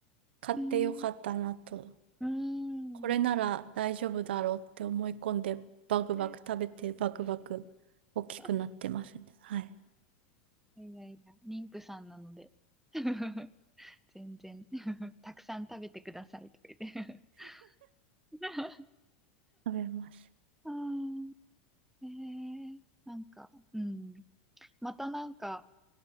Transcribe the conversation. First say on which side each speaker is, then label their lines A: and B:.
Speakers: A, on the right; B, in the centre.
A: 買ってよかったなと。
B: うんうーん。
A: これなら大丈夫だろうって思い込んで、バクバク食べて、
B: え
A: バクバク大きくなってますね。
B: <laughs>
A: はい。
B: いやいやいや、妊婦さんなので。<laughs> 全然。<laughs> たくさん食べてください、とか言って。<laughs>
A: 食べます。
B: あーえー、なんか、うん。またなんか、